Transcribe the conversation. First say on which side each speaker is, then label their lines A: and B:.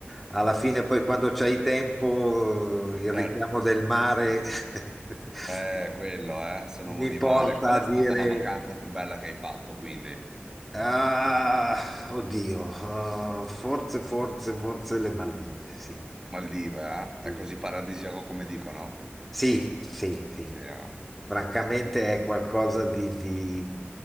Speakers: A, in the centre; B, on the right.
A: alla fine, poi quando c'hai tempo, il
B: certo.
A: richiamo del mare <laughs>
B: Eh, quello, eh, sono uomo
A: mi
B: di
A: porta
B: mare. Qual
A: a
B: è stata
A: dire,
B: la vacanza più bella che hai fatto, quindi?
A: ah, oddio, ah, forse, forse, forse le Maldive, sì,
B: Maldive,
A: sì,
B: eh? È così paradisiaco come dicono?
A: sì, sì, sì.
B: Sì, ah.
A: Francamente è qualcosa di, di-